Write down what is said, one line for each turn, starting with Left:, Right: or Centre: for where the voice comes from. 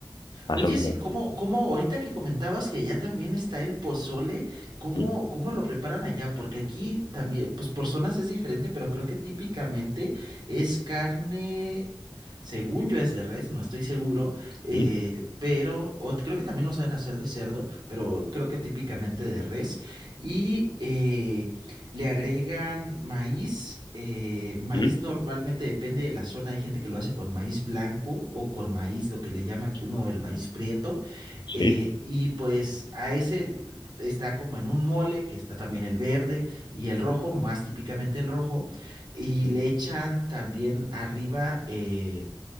Left: más
Right: Oye,
Left: o menos.
Right: sí, ¿cómo, cómo, ahorita que comentabas que allá también está el pozole, ¿cómo,
Left: ¿Mm?
Right: cómo lo preparan allá? Porque aquí también, pues por zonas es diferente, pero creo que típicamente es carne, según yo es de res, no estoy seguro, eh,
Left: ¿Mm?
Right: pero, o creo que también lo saben hacer de cerdo, pero creo que típicamente de res. Y eh, le agregan maíz, eh, maíz
Left: Mm,
Right: normalmente depende de la zona, hay gente que lo hace con maíz blanco o con maíz, lo que le llama aquí uno el maíz prieto,
Left: Sí,
Right: eh, y pues a ese está como en un mole, que está también el verde y el rojo, más típicamente el rojo, y
Left: mm,
Right: le echan también arriba... eh,